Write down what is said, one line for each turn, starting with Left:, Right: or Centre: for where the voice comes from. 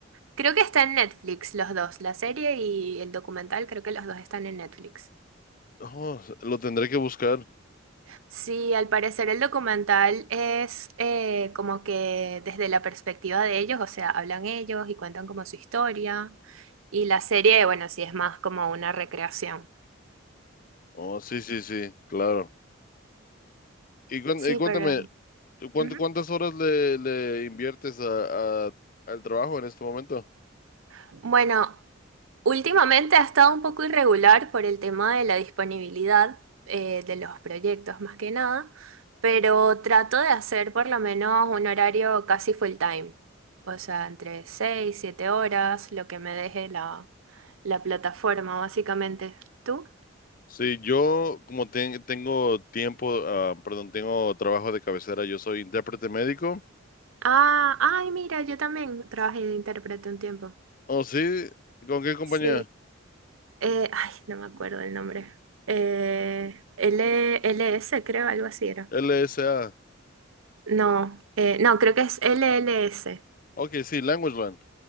Right: Creo que está en Netflix los dos, la serie y el documental, creo que los dos están en Netflix.
Left: Oh, lo tendré que buscar.
Right: Sí, al parecer el documental es eh, como que desde la perspectiva de ellos, o sea, hablan ellos y cuentan como su historia. Y la serie, bueno, sí es más como una recreación.
Left: Oh, sí, sí, sí, claro. Y, cuen-
Right: Sí,
Left: y cuéntame,
Right: pero...
Left: ¿tú cuánto-
Right: ujú.
Left: ¿cuántas horas le, le inviertes a, a- al trabajo en este momento?
Right: Bueno, Últimamente ha estado un poco irregular por el tema de la disponibilidad eh, de los proyectos, más que nada, pero trato de hacer por lo menos un horario casi full time, o sea, entre 6, 7 horas, lo que me deje la, la plataforma, básicamente. ¿Tú?
Left: Sí, yo como ten- tengo tiempo, ah, perdón, tengo trabajo de cabecera, yo soy intérprete médico.
Right: Ah, ay, mira, yo también trabajé de intérprete un tiempo.
Left: Oh, sí, ¿con qué compañía?
Right: Sí. Eh, ay, no me acuerdo el nombre. Eh, L- LS, creo, algo así era.
Left: LSA.
Right: No, eh, no, creo que es LLS.
Left: Ok, sí, LanguageLand.